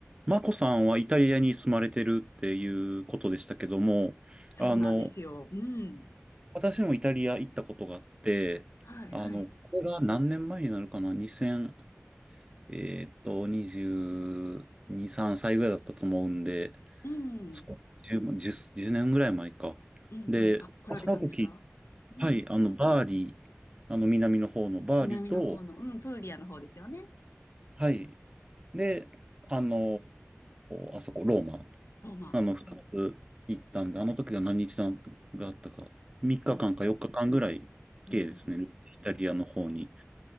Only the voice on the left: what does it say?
そうなんですよ。
うん。
はいはい。
うん。
うんうん。
あ、来られたんですかうん。
南の方の、うん、プーリアの方ですよね。
ローマ。
うん。
うんうん。うんうんうん。